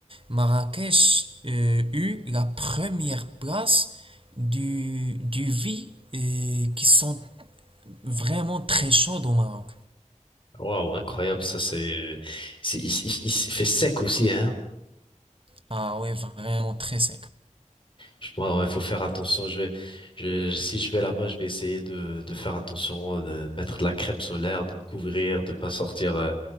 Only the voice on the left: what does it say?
Waouh, incroyable, ça c'est, c'est- il, il- il fait sec aussi, hein.
Je, il faut faire attention. Je vais, je- si je vais là-bas, je vais essayer de, de faire attention, de mettre de la crème solaire, de me couvrir, de pas sortir euh,